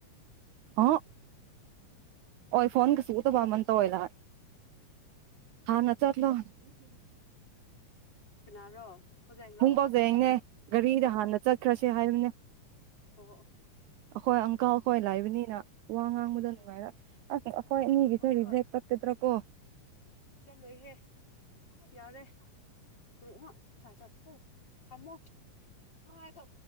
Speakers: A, on the right; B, on the left.
A: ꯑ ꯑꯣꯏ ꯐꯣꯟ ꯀꯁꯨ ꯇ ꯃ ꯇꯣꯣꯏꯗ ꯍꯥꯟꯅ ꯆꯠꯂ
B: ꯀꯅꯥꯔꯣ ꯀꯣꯖꯦꯡꯔꯣ
A: ꯄꯨꯡ ꯐꯥꯎꯖꯩ ꯍꯡꯅꯦ ꯒꯥꯔꯤꯗ
B: ꯑꯣ
A: ꯍꯥꯟꯅ
B: ꯑꯣ
A: ꯆꯠꯈ꯭ꯔꯁꯦ ꯍꯥꯏꯔꯤꯕꯅꯦ
B: ꯑꯣ
A: ꯑꯩꯈꯣꯏ ꯑꯪꯀꯜ ꯑꯩꯈꯣꯏ ꯂꯥꯏꯕꯅꯤꯅ ꯋꯥ ꯉꯥꯡꯕꯗꯣ
B: ꯎꯝ
A: ꯅꯨꯡꯉꯥꯏꯔ ꯑꯁ ꯑꯅꯤꯒꯤꯁꯦ
B: ꯍꯣꯏ
A: ꯔꯤꯖꯦꯛ
B: ꯍꯣꯏ
A: ꯆꯠꯀꯗ꯭ꯔꯥ ꯀꯣ
B: ꯆꯠꯂꯣꯏꯍꯦ ꯌꯥꯔꯦ ꯀꯔꯛꯍ ꯐꯥꯏ ꯆꯠꯄꯣ ꯊꯝꯃꯣ ꯆ